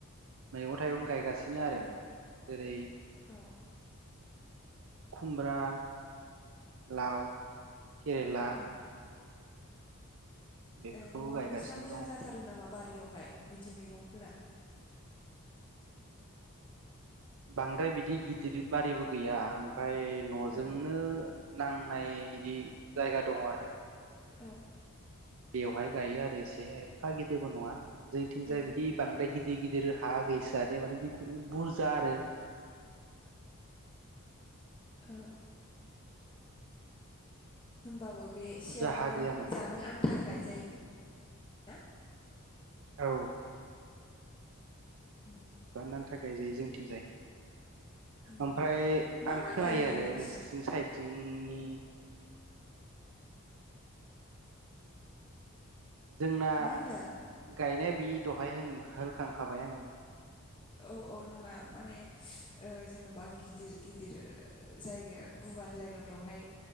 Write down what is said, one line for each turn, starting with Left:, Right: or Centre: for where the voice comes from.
Right: मैगं थाइगं गायगा सिनो आरो
Left: औ
Right: जेरै
Left: अ
Right: खुमब्रा लाव केरेला
Left: उम
Right: बेफोरखौ
Left: ए नआव
Right: गायगासिनो
Left: नोंसिना मोजां जाथारो नामा बार यावहाय बिदि मैगंफोरा
Right: बांद्राय बिदि गिदिर बारिबो गैया ओमफ्राय नजोंनो
Left: औ
Right: नांनाय इदि जायगा दंङ आरो
Left: औ
Right: बेवहाय गायो आरो एसे एफा गिदिरबो नंङा जोंथिंजाय
Left: औ
Right: बिदि बांद्राय गिदिर गिदिर हा गैसो दे मान गिदिरे बुरजा आरो
Left: औ होमबाबो बे एसेयावनो
Right: बुरजा हा गैया माने
Left: जानो आन्था गायजायो ना
Right: औ
Left: <inaudible>
Right: बानानि थाखाय जायो जोंथिंजाय
Left: उम
Right: ओमफ्राय
Left: मा
Right: आं
Left: मा
Right: खोनायो
Left: गायो
Right: आरो
Left: नोंसिना?
Right: नोंसिथिं साइदथिं उम नि जोंना
Left: मा होनदों?
Right: गायनाय। बि दहाय होन होनखांखाबाय आङो
Left: औ औ नङा माने जेन'बा गिदिर गिदिर जायगा गुवार जायगाफ्रावहाय